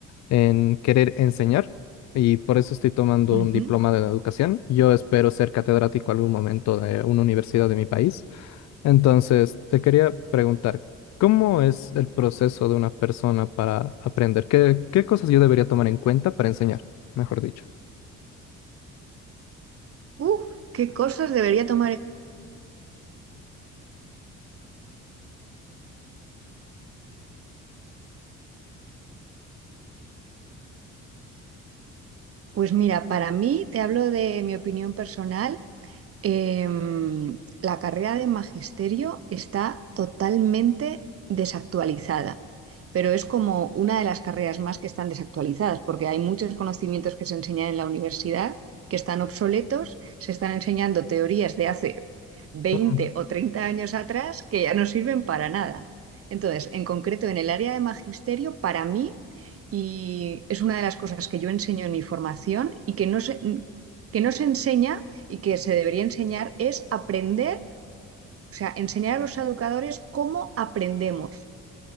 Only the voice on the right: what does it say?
Ujú.
Uf, qué cosas debería tomar Pues mira, para mí, te hablo de mi opinión personal, em, la carrera de magisterio está totalmente desactualizada, pero es como una de las carreras más que están desactualizadas, porque hay muchos conocimientos que se enseñan en la universidad que están obsoletos, se están enseñando teorías de hace veinte
o treinta años atrás que ya no sirven para nada. Entonces, en concreto, en el área de magisterio, para mí, y es una de las cosas que yo enseño en mi formación y que no se, que no se enseña y que se debería enseñar, es aprender, o sea, enseñar a los educadores cómo aprendemos.